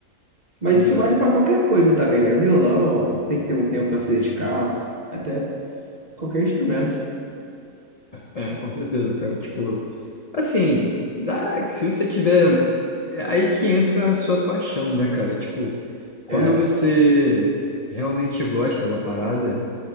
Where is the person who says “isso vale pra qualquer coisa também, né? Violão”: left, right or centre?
Right